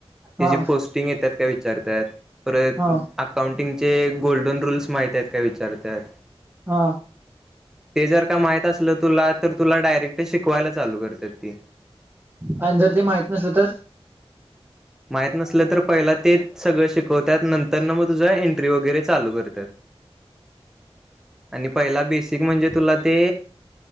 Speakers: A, in the centre; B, on the right.
A: त्याची
B: हा
A: पोस्टिंग येतात काय विचारतात. परत
B: हा
A: अकाउंटिंगचे गोल्डन रूल्स माहित आहेत का विचारतात.
B: हा,
A: ते जर का माहित असलं तुला तर तुला डायरेक्ट शिकवायला चालू करतात ती.
B: आणि जर ते माहित नसलं तर?
A: माहत नसलं तर पहिला तेच सगळं शिकवतात. नंतरन मग तुझ्या एंट्री वगैरे चालू करतात. आणि पहिला बेसिक म्हणजे, तुला ते